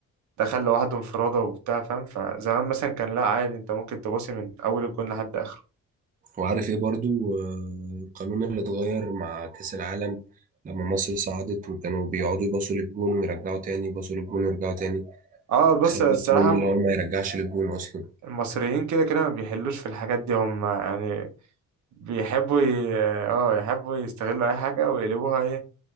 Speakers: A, on the right; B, on the right.
A: دخل لوحده انفرادة وبتاع فاهم فزمان مثلا كان لا عادي انت ممكن تباصي من اول الجون لحد اخره
B: وعارف ايه برضو آه، القانون اللي اتغير مع كأس العالم لما مصر صعدت وكانوا بيقعدوا يباصوا للجون ويرجعوا تاني يباصوا للجون ويرجعوا تاني
A: اه بص
B: خد
A: الصراحة
B: القانون اللي هو ما يرجعش للجون أصلا
A: المصريين كده كده ما بيحلوش في الحاجات دي هم يعني بيحبوا ي... اه يحبوا يستغلوا أي حاجة ويقلبوها ايه